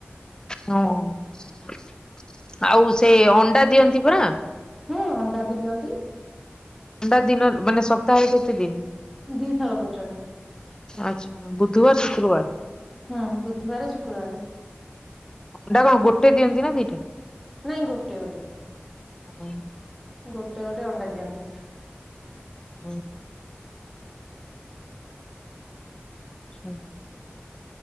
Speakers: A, on the left; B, in the centre.
A: ହଁ ଆଉ ସେ ଅଣ୍ଡା ଦିଅନ୍ତି ପରା।
B: ହୁଁ ଅଣ୍ଡା ବି ଦିଅନ୍ତି।
A: ଣ୍ଡା ଦିନରୁ ମାନେ ସପ୍ତାହରେ କେତେ ଦିନି?
B: ଦିଥର ଦଉଚନ୍ତି।
A: ଆଚ୍ଛା ବୁଧବାର ଶୁକ୍ରବାର
B: ହୁଁ, ବୁଧୁବାରେ ଶୁକ୍ରବାରେ।
A: ଅଣ୍ଡା କଣ ଗୋଟେ ଦିଅନ୍ତିନା ଦିଟା?
B: ନାଇଁ ଗୋଟେ ଗୋଟେ
A: ଆଚ୍ଛା
B: ଗୋଟେ ଗୋଟେ ଅଣ୍ଡା ଦିଅନ୍ତି।
A: ହଁ।
B: <inaudible>
A: ଆଚ୍ଛା।